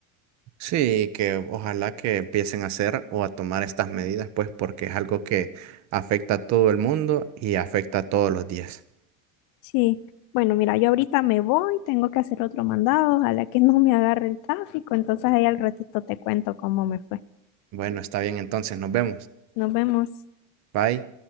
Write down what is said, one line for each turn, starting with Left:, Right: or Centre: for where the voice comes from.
Right: Sí, que ojalá que empiecen a hacer o a tomar estas medidas, pues porque es algo que afecta a todo el mundo y afecta a todos los días.
Left: Sí, bueno, mira, yo ahorita me voy, tengo que hacer otro mandado, ojalá que no me agarre el tráfico, entonces ahí al ratito te cuento cómo me fue.
Right: Bueno, está bien entonces, nos vemos.
Left: Nos vemos.
Right: Bye.